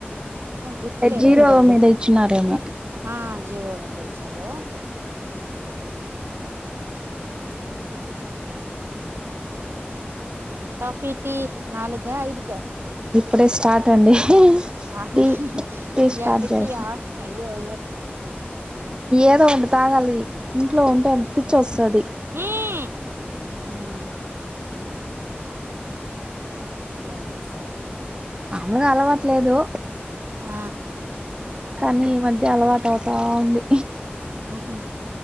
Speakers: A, on the right; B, on the right.
A: గుర్తు లేదండి
B: జీరో మీద ఇచ్చినారేమో
A: ఆ జీరో మీద ఇచ్చారు కాఫీ టీ నాలుగ ఐదుక
B: ఇప్పుడే స్టార్ట్ అండి
A: ఆ హా
B: టీ
A: హ హ
B: టీ స్టార్ట్
A: ఎండకి
B: చేస్తా
A: ఆ అయ్యో అయ్యో
B: ఏదో ఒకటి తాగాలి ఇంట్లో ఉంటే పిచ్చొస్తది
A: హ సరే సర్
B: మాములుగా అలవాట్లేదు
A: ఆ
B: కానీ ఈ మధ్య అలవాటు అవుతా ఉంది
A: ఆహ